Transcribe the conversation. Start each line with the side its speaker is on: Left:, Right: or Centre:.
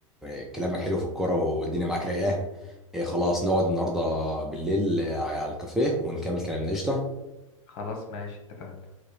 Centre: آه، كلامك حلو في الكرة والدنيا معاك رايقه آه، خلاص نقعد النهارده بالليل آه، على الكافيه ونكمل كلامنا قشطه
Left: خلاص ماشي اتفقنا